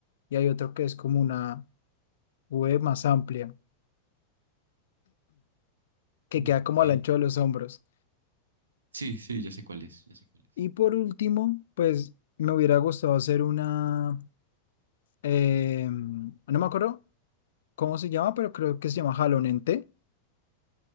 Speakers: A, on the left (about 60°); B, on the right (about 70°).
A: y hay otro que es como una V más amplia,
B: Sí,
A: que queda
B: ok.
A: como al ancho de los hombros.
B: Sí, sí, ya sé cuál es, ya sé cuál es.
A: Y por último, pues me hubiera gustado hacer una, eh, no me acuerdo cómo se llama, pero creo que se llama jalón en té.